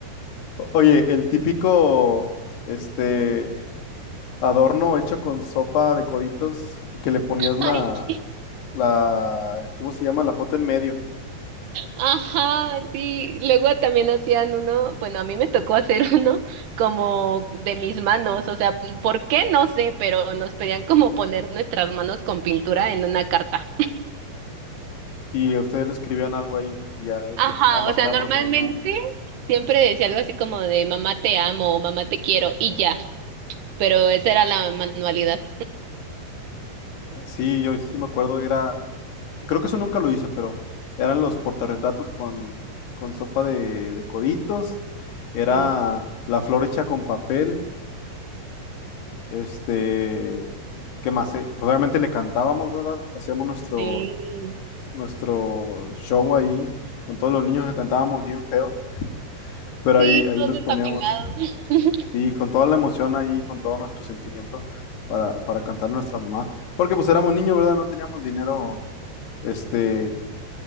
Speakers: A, on the left; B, on the right.
A: Oye, el típico, este, adorno hecho con sopa de coditos que que le ponías la,
B: <laughs>
A: la, ¿cómo se llama? La foto en medio.
B: Ajá, sí. Luego también hacían uno, bueno, a mí me tocó hacer <laughs> uno como de mis manos, o sea, ¿por qué? No sé, pero nos pedían como poner nuestras manos con pintura en una carta.
A: Y a ustedes le escribían algo ahí y ya
B: Ajá,
A: estaba marcada
B: o sea, normalmente
A: por su mamá.
B: siempre decía algo así como de mamá te amo o mamá te quiero y ya, pero esa era la manualidad.
A: Sí, yo sí me acuerdo, era, creo que eso nunca lo hice, pero eran los portarretratos con, con sopa de, de coditos, era
B: Sí,
A: la flor hecha con papel, este, ¿qué más? Eh, Pues obviamente le cantábamos, ¿verdad? Hacíamos nuestro,
B: sí,
A: nuestro show ahí con todos los niños que cantábamos bien feo, pero
B: sí,
A: ahí, ahí
B: todos
A: nos poníamos.
B: desafinados. <laughs>
A: Sí, con toda la emoción ahí, con todo nuestro sentimiento para, para cantarle a nuestra mamá. Porque pues éramos niños, ¿verdad? No teníamos dinero este,